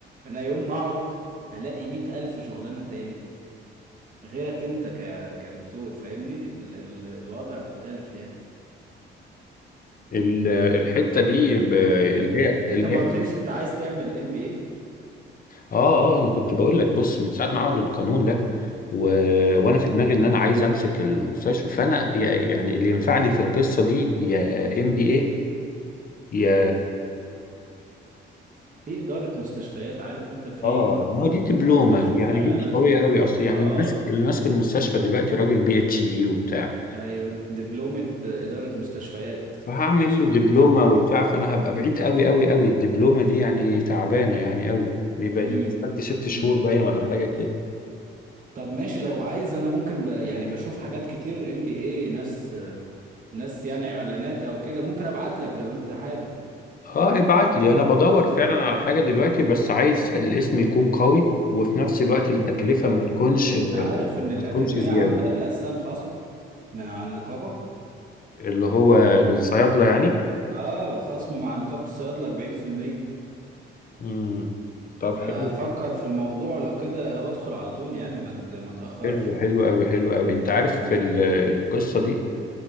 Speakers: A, on the right; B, on the left.
A: انا يوم ما اقعد هلاقي مية الف شغلانة تاني غيرك انت ك... كدكتور فاهمني ال... ال... الوضع مختلف يعني
B: ال- الحتة دي ب- اللي
A: انت
B: هي اللي
A: انت ما
B: هي
A: قلتليش انت عايز تعمل ام بي ايه
B: اه اه انا كنت بقول لك بص من ساعه ما عملوا القانون ده و... وانا في دماغي ان انا عايز امسك المستشفى فانا يا- يعني اللي ينفعني في القصه دي يا ام بي اي يا
A: في ادارة مستشفيات عارف انت في
B: اه آه، ما هو دي دبلومه
A: بشوف
B: يعني
A: اعلانات
B: دي مش قويه قوي اصل يعني
A: اه
B: اللي ماسك اللي ماسك المستشفى دلوقتي راجل بي اتش دي وبتاع
A: ايوه دبلومة إدارة مستشفيات
B: فهعمل
A: سمعتها
B: له دبلومه
A: قبل كده
B: وبتاع فانا هبقى بعيد قوي قوي قوي الدبلومه دي يعني تعبانه يعني قوي دي بقى
A: امم
B: دي ست شهور
A: امم
B: باين ولا حاجه كده
A: طب ماشي لو عايز انا ممكن ب... يعني بشوف حاجات كتير ام بي اي ناس ناس يعني اعلانات او كده ممكن ابعت لك لو انت حابب
B: اه ابعت لي انا بدور فعلا على حاجة دلوقتي بس عايز الاسم يكون قوي وفي نفس الوقت التكلفة
A: طب
B: ما تكونش
A: انت عارف ان
B: ما
A: الاكاديمية
B: تكونش زيادة
A: عاملة لنا اساسا خصم من على النقابة
B: اللي هو للصيادلة يعني
A: اه خصم مع نقابة الصيادلة 40%
B: امم طب
A: ففكر
B: حلو
A: في الموضوع لو كده ادخل على طول يعني ما ت- ما تاخرش
B: حلو حلو قوي حلو قوي انت عارف في ال- القصة دي